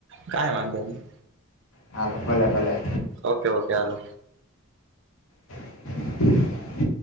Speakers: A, on the right (about 55°); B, on the left (about 65°).
A: કાઈ વાંધોની
B: હાલો ભલે ભલે
A: ઓકે ઓકે હાલો
B: <inaudible>